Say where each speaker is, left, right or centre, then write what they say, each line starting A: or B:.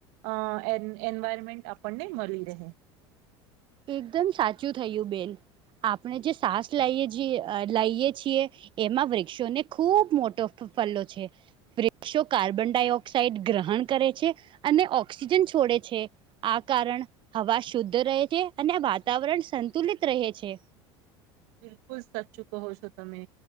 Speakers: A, on the right; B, on the right.
A: અ એન એન્વાયરમેન્ટ આપણને મલી રહે
B: એકદમ સાચું થયું બેન આપણે જે સાસ લઈએ જીએ અ લઈએ છીએ. એમાં વૃક્ષોને ખૂબ મોટો ફલો છે. વૃક્ષો કાર્બન ડાયોક્સાઇડ ગ્રહણ કરે છે. અને ઓક્સિજન છોડે છે, આ કારણ હવા શુદ્ધ રહે છે. અને વાતાવરણ સંતુલિત રહે છે.
A: બિલકુલ સાચું કહો છો તમે